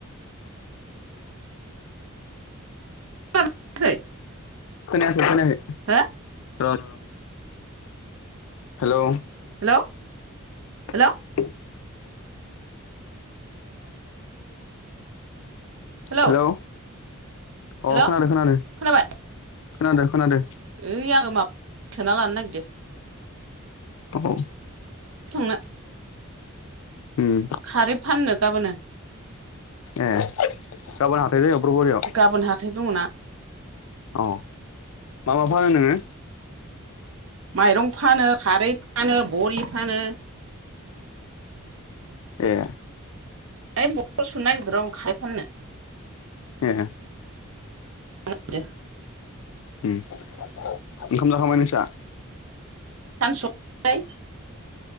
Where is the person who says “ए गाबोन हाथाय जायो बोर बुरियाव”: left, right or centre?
Left